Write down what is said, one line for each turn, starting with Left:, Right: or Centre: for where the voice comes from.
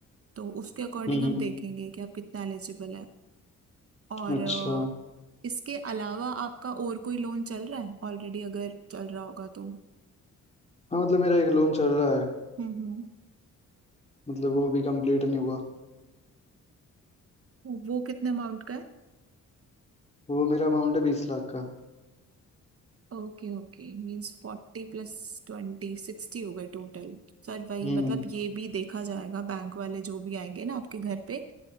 Right: तो उसके अकॉर्डिंग
Left: हम्म
Right: हम
Left: हम्म
Right: देखेंगे कि आप कितना एलिजिबल है और
Left: अच्छा
Right: इसके अलावा आपका और कोई लोन चल रहा है ऑलरेडी अगर चल रहा होगा तो
Left: हाँ मतलब मेरा एक लोन चल रहा है
Right: हम्म हम्म
Left: मतलब वो भी कंप्लीट नहीं हुआ
Right: वो कितने अमाउंट का है
Left: वो मेरा अमाउंट है बीस लाख का
Right: ओके ओके मीन्स फोर्टी प्लस ट्वेंटी सिक्सटी हो गए टोटल सर वही
Left: हम्म
Right: मतलब ये भी देखा जाएगा बैंक वाले जो भी आएंगे ना आपके घर पे